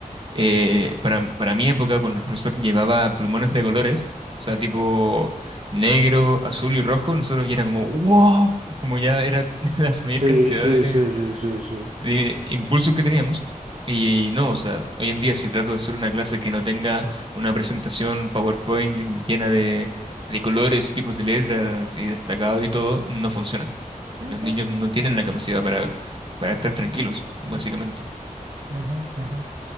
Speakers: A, on the right; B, on the right.
A: eh, para, para mi época, cuando el profesor llevaba plumones de colores, o sea,
B: ujú.
A: tipo negro, azul y rojo, nosotros ya era como, wow, como ya era <laughs> la mayor
B: Sí,
A: cantidad
B: sí,
A: de
B: sí, sí, sí, sí.
A: de impulsos que teníamos. Y, no, o sea, hoy en día si trato de hacer una clase que no tenga una presentación PowerPoint llena de, de colores, tipos de letras y destacado y todo, no funciona.
B: Ujú,
A: Los niños no tienen la capacidad para, para estar tranquilos, básicamente.
B: ujú, ujú.